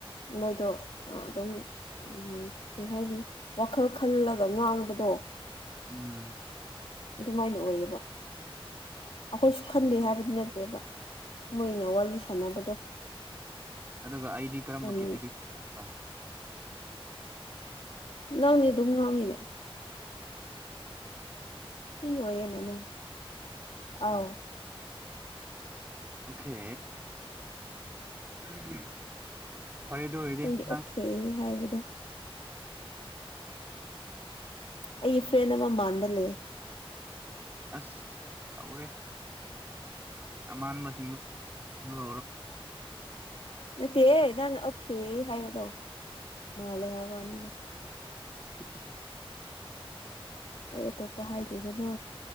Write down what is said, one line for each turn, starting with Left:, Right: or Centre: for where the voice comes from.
Left: ꯃꯣꯏꯗꯣ ꯑ ꯑꯗꯨꯝ ꯑꯝ ꯀꯩ ꯍꯥꯏꯅꯤ ꯋꯥꯈꯜ ꯈꯜꯂꯒ ꯉꯥꯡꯕꯗꯣ ꯗꯣ
Right: ꯎꯝ
Left: ꯗꯨꯃꯥꯏꯅ ꯑꯣꯏꯌꯦꯕ ꯑꯈꯣꯏꯁꯨ
Right: ꯑꯠꯆꯥ
Left: ꯈꯟꯗꯦ ꯍꯥꯏꯕꯗꯤ ꯅꯠꯇꯦꯕ ꯃꯣꯏꯅ ꯋꯥꯔꯤ ꯁꯥꯟꯅꯕꯗꯣ
Right: ꯑꯗꯨꯒ ꯑꯩꯗꯤ ꯀꯔꯝꯕ
Left: ꯌꯥꯝ
Right: ꯀꯦꯇꯒꯔꯤ <unintelligible>
Left: ꯅꯪꯗꯤ ꯑꯗꯨꯝ ꯉꯥꯡꯉꯤꯅꯦ ꯐ꯭ꯔꯤ ꯑꯣꯏꯌꯦꯅ ꯅꯪ
Right: ꯑꯆꯥ
Left: ꯑꯥꯎ
Right: ꯑꯣꯈꯦ <unintelligible> ꯐꯔꯦ ꯑꯗꯣꯏꯗꯤ
Left: ꯅꯪꯒꯤ
Right: ꯅꯪ
Left: ꯑꯣꯀꯦ <unintelligible> ꯑꯩꯒꯤ ꯐ꯭ꯔꯦꯟ ꯑꯃ ꯃꯥꯟꯕ ꯂꯩꯌꯦ
Right: ꯑꯁ ꯍꯧꯔꯦ ꯑꯃꯥꯟꯕꯁꯤꯡꯗꯨ <unintelligible>
Left: ꯅꯠꯇꯦ ꯅꯪꯅ ꯑꯣꯈꯦ ꯍꯥꯏꯕꯗꯣ ꯃꯥꯂꯦ ꯍꯥꯏꯕꯋꯥꯅꯤꯗ
Right: <unintelligible>
Left: ꯑꯩ ꯑꯇꯣꯞꯄ ꯍꯥꯏꯗꯦꯗꯅ